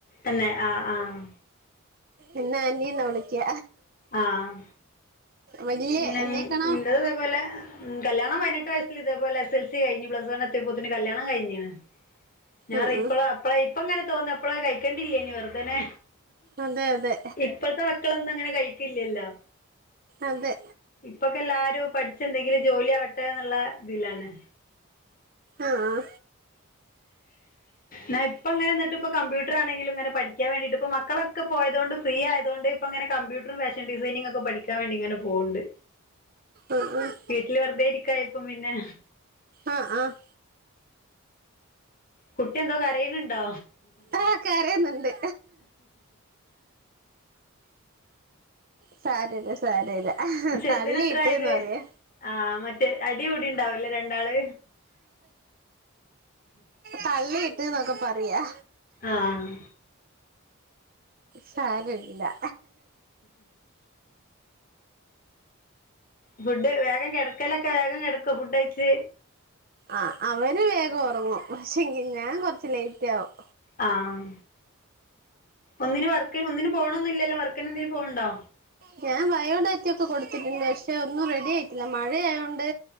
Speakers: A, on the left (about 40°); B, on the right (about 45°).
A: തന്നെ ആഹ് ആഹ്
B: ഇന്നെ അനിന്നാ വിളിക്ക.
A: ആഹ്.
B: വല്യ
A: പിന്നെ
B: എന്നേക്കാണോ
A: ഇന്റത് ഇതേപോലെ ഉം കല്യാണം പതിനെട്ട് വയസ്സിൽ ഇതേ പോലെ എസ് എൽ സി കഴിഞ്ഞ് പ്ലസ് വൺ എത്തിയപ്പോത്തിനു കല്ല്യാണം കഴിഞ്ഞീണ്. ഞാൻ
B: ഉം
A: റിപ്പൊ
B: ഉം
A: ഇപ്പള ഇപ്പളേ ഇപ്പ ഇങ്ങനെ തോന്നും, ഇപ്പളത് കഴിക്കണ്ടില്ലേനി വെറുതനെ
B: അതെ അതെ
A: ഇപ്പഴത്തെ മക്കളൊന്നും അങ്ങനെ കഴിക്കില്ലല്ലോ.
B: അതെ
A: ഇപ്പൊക്കെ എല്ലാരും പഠിച്ച് എന്തെങ്കിലും ജോലി ആവട്ടെ എന്നുള്ള ഇതിലാണ്.
B: ആഹ്.
A: ന്നാ ഇപ്പോ ങ്ങനെ ന്നിട്ട് ഇപ്പോ കമ്പ്യൂട്ടർ ആണെങ്കിലും ഇങ്ങനെ പഠിക്കാൻ വേണ്ടിട്ട് ഇപ്പം മക്കളക്കെ പോയതോണ്ട് ഫ്രീ ആയതു കൊണ്ട് ഇപ്പ ഇങ്ങനെ കമ്പ്യൂ ട്ടറും ഫാഷൻ ഡിസൈനിങ് ഒക്കെ പഠിക്കാൻ വേണ്ടി ഇങ്ങനെ പോക്ണ്ട്.
B: ഉം ഉം.
A: വീട്ടിൽ വെറുതെ ഇരിക്കായപ്പം പിന്നെ
B: ആഹ് ആഹ്
A: കുട്ടി എന്തോ കരയണണ്ടോ?
B: ആ കരയുന്നുണ്ട് സരല്ല സരല്ല
A: ചെറുതിന്
B: തള്ളിയിട്ട്ന്ന
A: എത്രായത്
B: പറിയ.
A: ആഹ് മറ്റേ അടി കൂടി ഉണ്ടാവൂലേ രണ്ടാള്.
B: തള്ളിയിട്ട് ന്നൊക്കെ പറയാ.
A: ആഹ്.
B: സാരല്യ.
A: ഫുഡ് വേഗം കിടക്കലൊക്കെ വേഗം കിടക്കോ ഫുഡഴിച്ച്.
B: ആഹ് അവര് വേഗം ഉറങ്ങും, പക്ഷെങ്കിൽ ഞാൻ കുറച്ച് ലേറ്റ് ആവും.
A: ആഹ് ഒന്നിന് വർക്ക് ഒന്നിന് പോണൊന്നില്ലല്ലോ വർക്കിന് എന്തെലും പോകുണ്ടോ?
B: ഞാൻ ബയോ ഡാറ്റക്കെ കൊടുത്തിട്ടുണ്ട്, പക്ഷെ ഒന്നും റെഡി ആയി ത്തില്ല മഴയായോണ്ട്